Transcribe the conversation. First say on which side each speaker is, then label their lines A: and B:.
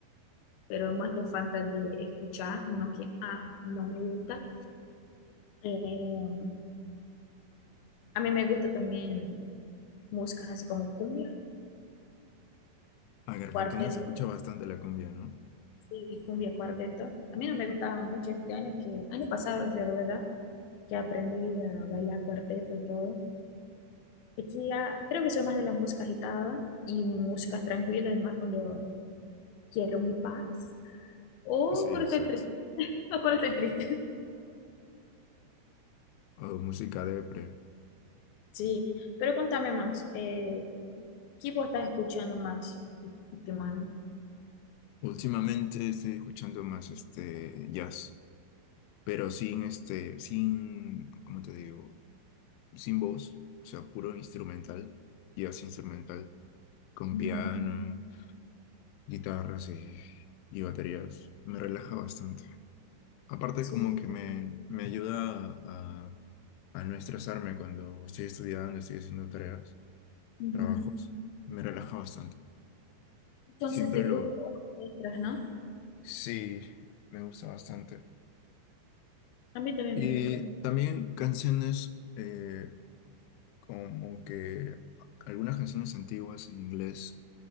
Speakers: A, on the left; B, on the left.
A: pero más por falta de escuchar, no que, ah, no me gusta. Eh, a mí me gusta también músicas así como cumbia,
B: Ah, que Argentina
A: cuarteto,
B: se escucha bastante la cumbia, ¿no?
A: sí, cumbia, cuarteto. A mí no me gustaba mucho este año, que año pasado, es verdad, que aprendí a bailar cuarteto y todo Aquí ah, creo que soy más de la música agitada y música tranquila, además cuando quiero mi paz o
B: Sí,
A: cuando
B: exacto.
A: estoy triste, <laughs> o cuando estoy triste. <laughs>
B: O música depre.
A: Sí, pero contame más, eh, ¿qué vos estás escuchando más últimamente?
B: Últimamente estoy escuchando más este jazz, pero sin este, sin, ¿cómo te digo? Sin voz, o sea, puro instrumental, jazz instrumental, con
A: Ujú,
B: piano, guitarras y, y baterías. Me relaja bastante. Aparte
A: Sí,
B: como que me, me ayuda a, a no estresarme cuando estoy estudiando, estoy haciendo tareas,
A: ujú.
B: trabajos. Me relaja bastante.
A: Entonces
B: Siempre
A: te
B: lo,
A: gustan las orquestas, ¿no?
B: Sí, me gusta bastante.
A: A mí también
B: Y
A: me gustan,
B: también canciones eh, como que algunas canciones antiguas en inglés.